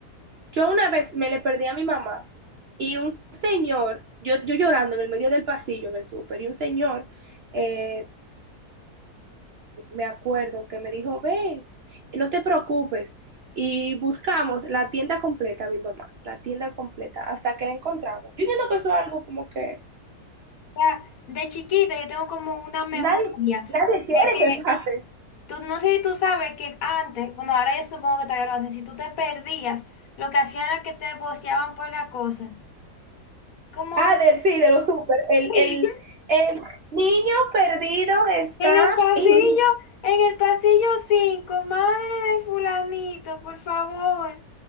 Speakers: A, on the right (about 70°); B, on the left (about 65°).
A: yo una vez me le perdí a mi mamá y un señor, yo, yo llorando en el medio del pasillo en el súper, y un señor, eh, me acuerdo que me dijo, ven, no te preocupes. Y buscamos la tienda completa, mi mamá, la tienda completa, hasta que la encontramos. Yo entiendo que eso es algo como que
B: ya, de chiquita yo tengo como una memoria
A: Nadie, nadie
B: de
A: quiere
B: que
A: que pase.
B: tú, no sé si tú sabes que antes, bueno, ahora yo supongo que todavía lo hacen, si tú te perdías, lo que hacían era que te boceaban por la cosa. Como
A: Ah, de- sí, de los súper. El,
B: <laughs>
A: el, el niño perdido está
B: en el pasillo,
A: en...
B: en el pasillo 5 madre de fulanito, por favor.